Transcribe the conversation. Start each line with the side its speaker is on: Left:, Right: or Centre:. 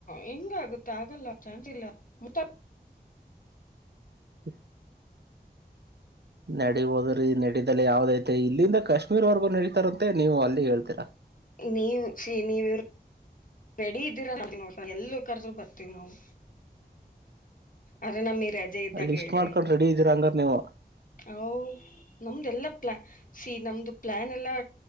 Left: ಹೆಂಗ ಆಗುತ್ತೆ ಆಗಲ್ಲ ಚಾನ್ಸ್ ಇಲ್ಲ ಮತ್ತ
Right: ಹ ನಡಬೋದ್ರೀ ನಡೀಲ್ಲ ಯಾವ್ದ ಐತೆ ಇಲ್ಲಿಂದ ಕಾಶ್ಮೀರ್ವರೆಗೂ ನಡೀತಾರಂತ ಮೆ ನೀವು ಅಲ್ಲಿ ಹೇಳ್ತೀರಾ
Left: ನೀವು ಶ ನೀವು ರೆಡಿ ಇದ್ದೀರ ನೋ ಎಲ್ಲ ಕರ್ದರು ಬರ್ತೀವಿ ನಾವು ಅ್ರ ನಮ್ಮ ರಜೆ ಇದ್ದಾಗ
Right: ಅಲ್ಲಿ ಲಿಸ್ಟ್
Left: ಹೇಳ್ರಿ
Right: ಮಾಡ್ಕೊಂಡು ರೆಡಿ ಇದೀರ ಹಂಗಾರ ನೀವು
Left: ಅ ನಮ್ದ ಎಲ್ಲ ಪ್ಲಾ ಸಿ ನಮ್ದು ಪ್ಲಾನ್ ಎಲ್ಲ